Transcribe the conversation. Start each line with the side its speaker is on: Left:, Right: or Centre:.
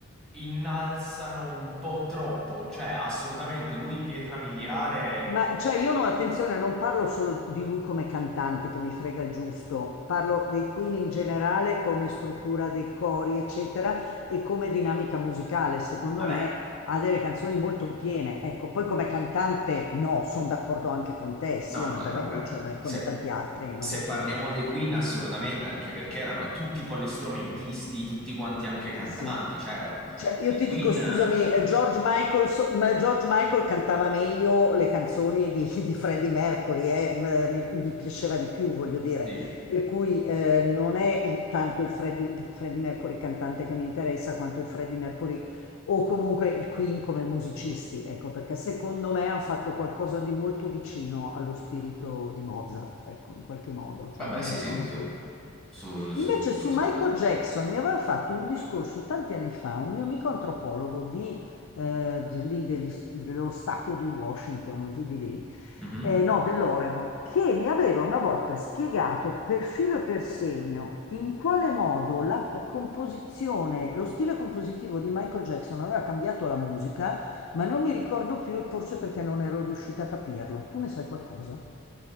Centre: innalzano un po' troppo, cioè assolutamente lui Pietra Miliare...
Left: Ma cioè io
Centre: Sì.
Left: no, attenzione, non parlo solo di lui come cantante che mi frega il giusto, parlo dei Queen in generale come struttura dei cori, eccetera, e come dinamica musicale. Secondo
Centre: Vabbè,
Left: me ha delle canzoni molto piene. Ecco, poi come cantante no, sono d'accordo anche con te, sì,
Centre: no,
Left: ha una
Centre: vabbè,
Left: bella voce, ma è
Centre: se,
Left: come tanti altri, non
Centre: se
Left: è
Centre: parliamo
Left: che
Centre: dei Queen assolutamente, anche perché erano tutti polistrumentisti, tutti quanti anche
Left: sì,
Centre: cantanti,
Left: sì.
Centre: cioè era un-
Left: Cioè, io
Centre: i
Left: ti
Centre: Queen...
Left: dico, scusami,
Centre: eh,
Left: eh, George Michael, so- ma George Michael cantava meglio le canzoni di, <laughs> di Freddie Mercury, eh, m- mi, mi piaceva di più, voglio dire.
Centre: Sì,
Left: Per cui eh, non è il- tanto il Freddie, Freddie Mercury cantante che mi interessa, quanto il Freddie Mercury o comunque il Queen come musicisti, ecco, perché secondo me hanno fatto qualcosa di molto vicino allo spirito di Mozart, ecco, in qualche modo, cioè
Centre: vabbè,
Left: lì
Centre: sì,
Left: l'ho riconosciuto.
Centre: sì, su, su, su
Left: Invece
Centre: tutto
Left: su
Centre: quell'aspetto.
Left: Michael
Centre: sì.
Left: Jackson mi aveva fatto un discorso tanti anni fa un mio amico antropologo di, eh, di lì degli- dello stato di Washington o giù di lì,
Centre: Mhm.
Left: eh, no, dell'Oregon, che mi aveva una volta spiegato per filo e per segno in quale modo la composizione, lo stile compositivo di Michael Jackson aveva cambiato la musica, ma non mi ricordo più, e forse perché non ero riuscita a capirlo. Tu ne sai qualcosa?